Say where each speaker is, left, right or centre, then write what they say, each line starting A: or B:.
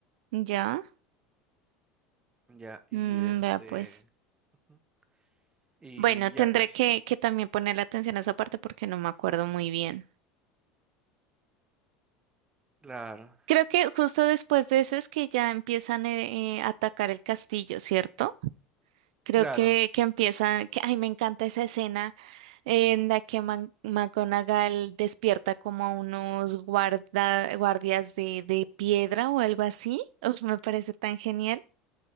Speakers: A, on the right; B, on the right.
A: Ya.
B: Ya, y
A: Mm,
B: este...
A: vea pues.
B: ujú. Y
A: Bueno, tendré
B: ya, pues.
A: que, que también ponerle atención a esa parte porque no me acuerdo muy bien.
B: Claro,
A: Creo que justo después de eso es que ya empiezan eh, eh, a atacar el castillo, ¿cierto? Creo
B: claro.
A: que, que empiezan, que, ay, me encanta esa escena en la que Man- McGonagall despierta como a unos guarda, guardias de, de piedra o algo así. Uf, me parece tan genial.